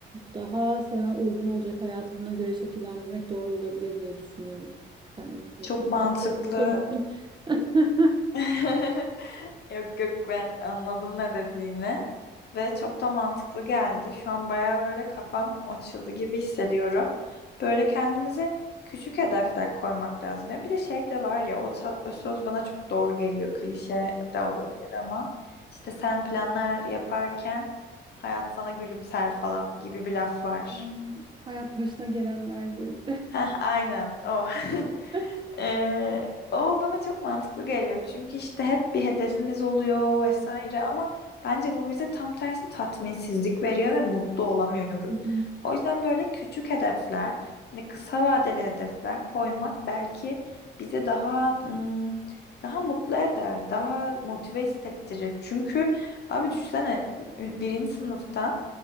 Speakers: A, on the right (about 25°); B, on the left (about 55°).
A: daha sana uygun olacak hayatı buna göre şekillendirmek doğru olabilir diye düşünüyorum. Sen de düşünüyorsun.
B: Çok mantıklı
A: Biraz karışık konuştum. <laughs>
B: <laughs> Yok yok ben anladım ne dediğini ve çok da mantıklı geldi. Şu an baya böyle kafam açıldı gibi hissediyorum. Böyle kendimize küçük hedefler koymak lazım. Ya bir de şey de var ya o, ta- o söz bana çok doğru geliyor. Klişe de olabilir ama işte sen planlar yaparken hayat sana gülümser falan gibi bir laf var.
A: Yani Hayat başına gelenlerdir.
B: Heh, aynen o. <laughs>
A: <laughs>
B: Ee, o bana çok mantıklı geliyor. Çünkü işte hep bir hedefimiz oluyor vesaire ama bence bu bize tam tersi tatminsizlik veriyor ve mutlu olamıyoruz.
A: Hı hı.
B: O yüzden böyle küçük hedefler, hani kısa vadeli hedefler koymak belki bize daha ım, daha mutlu eder, daha motive hissettirir. Çünkü abi düşünsene birinci sınıftan